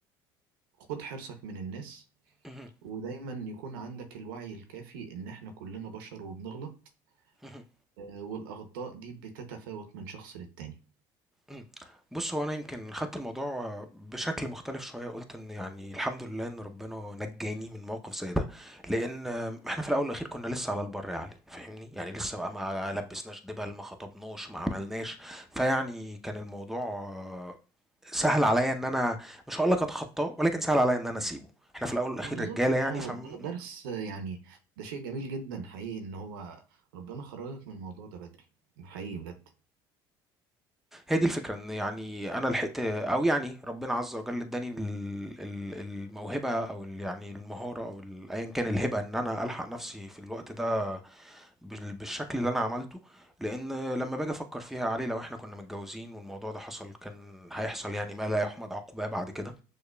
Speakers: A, on the right; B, in the centre.
A: خد حرصك من الناس
B: مهم.
A: ودايما يكون عندك الوعي الكافي ان احنا كلنا بشر وبنغلط
B: مهم.
A: آه، والاخطاء دي بتتفاوت من شخص للتاني
B: مهم. بص هو انا يمكن خدت الموضوع بشكل مختلف شويه قلت ان يعني الحمد لله ان ربنا نجاني من موقف زي ده لان احنا في الاول والاخير كنا لسه على البر يا علي فاهمني يعني لسه بقى ما لبسناش دبل ما خطبناش ما عملناش فيعني كان الموضوع سهل عليا ان انا مش هقول لك اتخطاه ولكن سهل عليا ان انا اسيبه احنا في الاول والاخير
A: ما بالظبط
B: رجاله
A: ده
B: يعني فهي
A: ده درس آه، يعني ده شيء جميل جدا حقيقي ان هو ربنا خرجك من الموضوع ده بدري حقيقي بجد
B: دي الفكره ان يعني انا لحقت او يعني ربنا عز وجل اداني ال- ال- الموهبه او ال- يعني المهاره او ال- ايا كان الهبه ان انا الحق نفسي في الوقت ده بال- بالشكل اللي انا عملته لان لما باجي افكر فيها علي لو احنا كنا متجوزين والموضوع ده حصل كان هيحصل يعني ما لا يحمد عقباه بعد كده